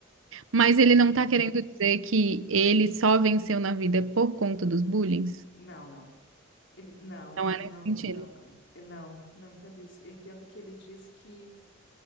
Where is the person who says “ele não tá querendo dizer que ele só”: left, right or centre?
Right